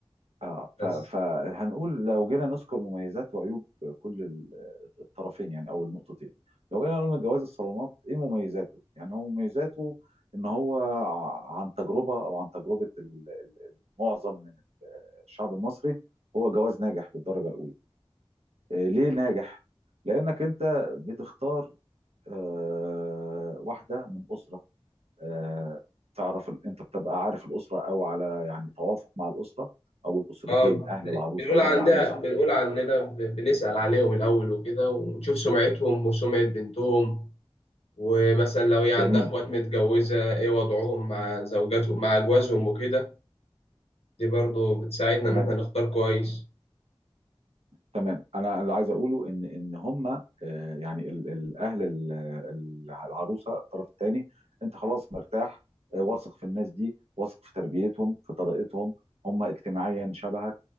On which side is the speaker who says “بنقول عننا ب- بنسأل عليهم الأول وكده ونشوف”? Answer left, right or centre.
Left